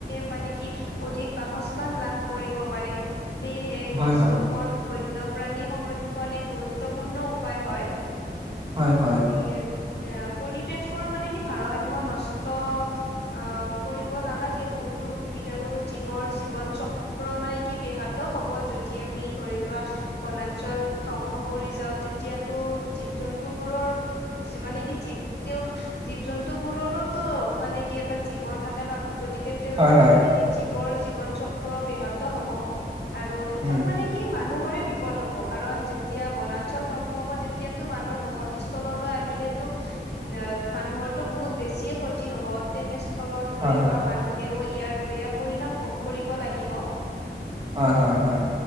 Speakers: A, on the left (about 70°); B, on the right (about 30°).
A: মানে কি অধিক বাসস্থান লাভ কৰিব পাৰে সেয়েহে
B: হয়
A: গছ
B: হয়
A: ৰোপন বন্যপ্ৰাণী সংৰক্ষণ এক গুৰুত্বপূৰ্ণ উপায় হয়
B: হয় হয়
A: আমিৰ এ পৰিৱেশৰ মানে কি ভাৰসাম্য নষ্ট অ কৰিব নালাগে বহুত উদ্ভিদ আৰু জীৱৰ জীৱন চক্ৰ মানে কি ব্যাহত হ'ব যদি আমি ধৰি লোৱা বনাঞ্চল ধ্বংস কৰি যাও তেতিয়াটো জীৱ জন্তু বোৰৰ মানে কি তেওঁৰ জীৱ জন্তুবোৰ সেইতো মানে কি এটা জীৱন থাকে ন গতিকে তেওঁলোকৰ
B: হয় হয়
A: মানে কি জীৱৰ জীৱন চক্ৰ ব্যাহত হব আৰু শেষত
B: উম
A: মানে কি মানুহৰে বিপদ হ'ব কাৰণ যেতিয়া বনা ঞ্চল ধ্বংস হব তেতিয়াতো মানুহৰ বসতি সললৈ আহিলেতো উ মানুহৰটো বহুত বেছি বেছিয়ে ক্ষতি হ'ব তেনে স্থলত ধৰি
B: হয় হয়
A: লোৱা মানুহেও ইয়াৰ বেয়া পৰিণাম ভোগ কৰিব লাগিব
B: হয় হয় হয়